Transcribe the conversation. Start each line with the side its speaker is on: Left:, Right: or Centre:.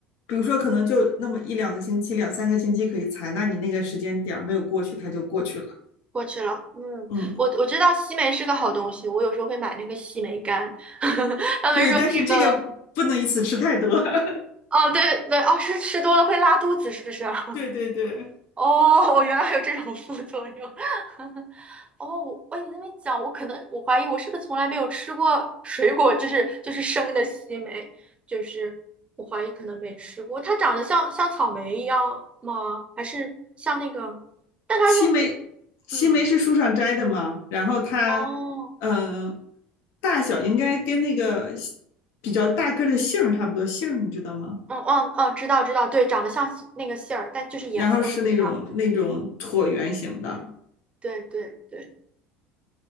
Left: 比如说可能就那么一两个星期、两三个星期可以采。那你那个时间点没有过去，它就过去了。
Right: 过去了，嗯，
Left: 嗯，
Right: 我我知道西梅是个好东西，我有时候会买那个西梅干，<laughs> 他们说这个，
Left: 对，但是这个不能一次吃太多。<laughs>
Right: 哦，对对，哦，是吃多了会拉肚子，是不是啊？<laughs>
Left: 对对对，
Right: 哦，原来还有这种副作用，<laughs> 哦，我喂，你这么一讲，我可能我怀疑我是不是从来没有吃过水果，就是就是生的西梅，就是我怀疑可能没吃过，它长得像像草莓一样吗？还是像那个？但它又不，
Left: 西梅，西梅是树上摘的嘛，
Right: 嗯，
Left: 然后它，
Right: 哦。
Left: 嗯、呃大小应该跟那个比较大个的杏差不多，杏你知道吗？
Right: 嗯嗯嗯，知道知道，对，长得像杏那个杏儿，但就是颜色不一样。
Left: 然后是那种那种椭圆形的，
Right: 嗯，对对对